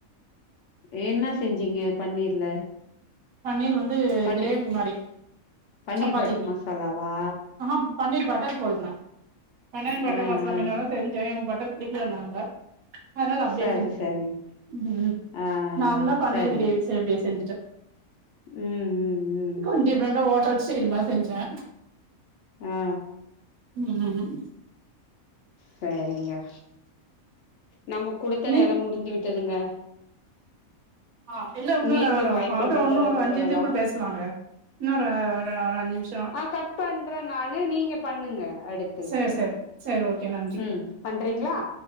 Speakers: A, on the left; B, on the right.
A: என்ன செஞ்சீங்க பன்னீர்ல
B: பன்னீர் வந்து
A: பன்னீ
B: கிரேவி மாரி
A: பன்னீர்
B: சப்பாத்திக்கு
A: பட்டர் மசாலாவா
B: ஆஹ பன்னீர் பட் கேரட் போடுவே நா பன்னீர் பட்டர்
A: ஆ
B: மசாலா
A: ஆ
B: மீண்ணலான் செஞ்சேன் படிக்கல நாங்க அதுனால அப்படியே
A: சரி
B: செஞ்சுட்டேன்
A: சரிங்க
B: உம்
A: ஆ
B: நார்மலா
A: ஆ
B: பன்னீர்
A: சரிங்க
B: கிரேவி செ அப்படியே செஞ்சுட்டேன்
A: ம் ம் ம்
B: கன் டிப்ரன்டா ஓட்டல் செய்ரமா செஞ்சேன்
A: ஆ
B: உம்
A: சரிங்க நம்ம குடுத்த
B: நீ
A: நேரம் முடிந்து விட்டதுங்க
B: ஆஹ் இல்ல இன்னொரு
A: மீண்டும்
B: அவறம்
A: வாய்ப்பு இருந்தால்
B: இன்னும்
A: தொடர்பு
B: ஒரு அஞ்சுது
A: கொள்ளலாம்
B: கூட பேசலாங்க இன்னொரு ஒரு அஞ்சு நிமிஷம்
A: ஆ கட் பண்றே நானு நீங்க பண்ணுங்க அடுத்து
B: சேரி சேரி சேரி ஓகே நன்றி
A: ம் பண்றீங்களா